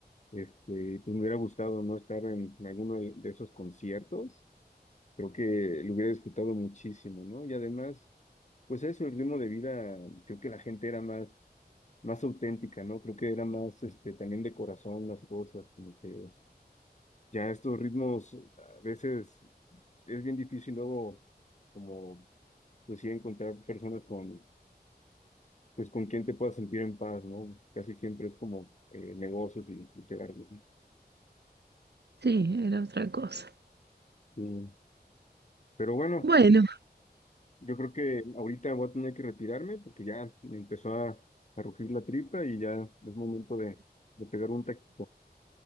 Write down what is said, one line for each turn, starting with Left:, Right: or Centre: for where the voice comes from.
Left: Este, pues me hubiera gustado no estar en, en alguno de, de esos conciertos. Creo que lo hubiera disfrutado muchísimo, ¿no? Y además, pues eso, el ritmo de vida, creo que la gente era más, más auténtica, ¿no? Creo que era más, este, también de corazón las cosas, como que ya estos ritmos a veces es bien difícil luego, como, pues sí, encontrar personas con, pues con quien te puedas sentir en paz, ¿no? Casi siempre es como eh, negocios y, y quedar bien.
Right: Sí, era otra cosa.
Left: Sí. Pero bueno.
Right: Bueno,
Left: Yo creo que ahorita voy a tener que retirarme porque ya me empezó a, a rugir la tripa y ya es momento de, de pegar un texto.